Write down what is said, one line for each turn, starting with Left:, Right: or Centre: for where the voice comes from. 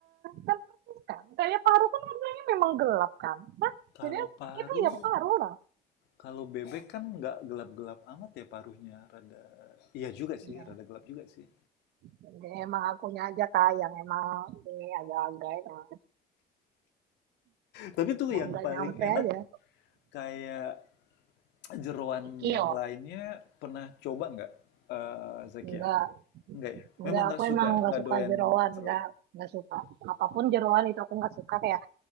Right: kan persis kan kayak paru kan warnanya memang gelap kan nah
Left: Kalau
Right: jadi
Left: paru,
Right: itu ya paru lah
Left: kalau bebek kan nggak gelap-gelap amat ya paruhnya, rada. Iya juga sih,
Right: ya
Left: rada gelap juga sih.
Right: jadi emang akunya aja kak yang emang ini agak-agak emang
Left: Tapi tuh
Right: emang
Left: yang
Right: nggak
Left: paling
Right: nyampe
Left: enak
Right: aja
Left: kayak Jeroan
Right: kikil
Left: yang lainnya pernah coba nggak, eee, Zakia?
Right: enggak
Left: Nggak ya?
Right: Enggak,
Left: Memang nggak
Right: aku
Left: suka,
Right: emang nggak
Left: nggak
Right: suka
Left: doyan
Right: jeroan,
Left: jeroan?
Right: nggak nggak suka. Apapun jeroan itu aku nggak suka kayak